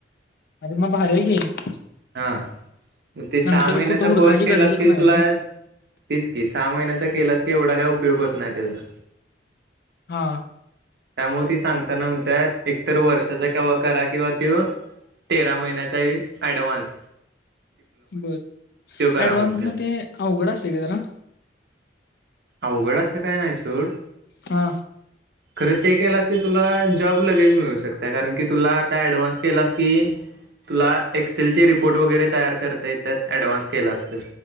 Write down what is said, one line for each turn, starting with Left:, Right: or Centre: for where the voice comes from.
Left: अर मग बाहेर हो क.
Right: हा मग ते सहा
Left: नंतर
Right: महिन्याचा
Left: कुठं हुडकायची
Right: कोर्स केलास
Left: गरजच
Right: की
Left: नाही
Right: तुला.
Left: रे
Right: तेच की सहा महिन्याचा केलास की एवढा काय उपयोग होत नाही त्याचा.
Left: हा.
Right: त्यामुळे ते सांगताना म्हणतात एकतर वर्षाचा केंव्हा करा किंवा ते. तेरा महिन्याचा ऍडव्हान्स.
Left: बर
Right: करा
Left: ऍडव्हान्स
Right: म्हणतात
Left: मग ते अवघड असंय का जरा.
Right: अवघड असं काय नाही सूड.
Left: हा
Right: खरं ते केलंस की तुला जॉब लगेज मिळू शकता कारण की तुला आता ऍडव्हान्स केलास की. तुला एक्सेलचे रिपोर्ट वगैरे तयार करता येतत ॲडव्हान्स केला अस तर